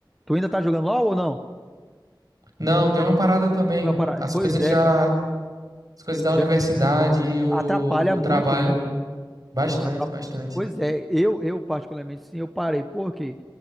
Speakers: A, in the centre; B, on the right (about 45°).
A: Tu ainda tá jogando LOL ou não?
B: Não, deu uma parada também.
A: Uma parada.
B: As
A: Pois
B: coisas
A: é,
B: já,
A: cara.
B: as coisas da
A: Já
B: universidade, e o,
A: atrapalha
B: o
A: muito,
B: trabalho,
A: né?
B: bastante,
A: Atra-
B: bastante.
A: Pois é, eu, eu particularmente sim, eu parei, porque